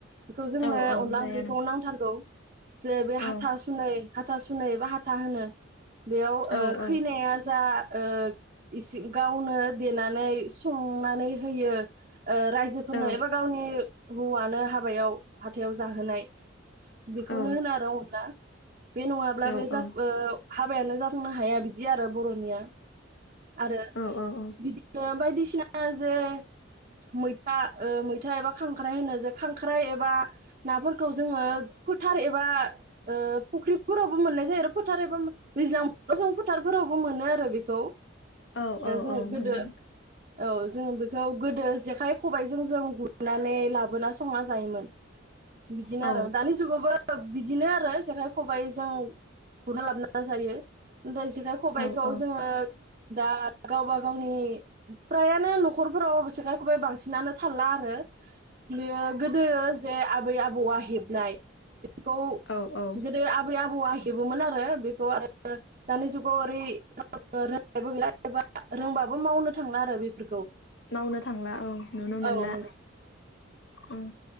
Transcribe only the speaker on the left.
औ औ
जाया
नोंथां
औ
औ
औ
औ
औ
औ
औ
औ औ
औ मोनो
नोंथां।
औ
औ औ
औ औ
मावनो थांला औ नुनो मोनला।
ओम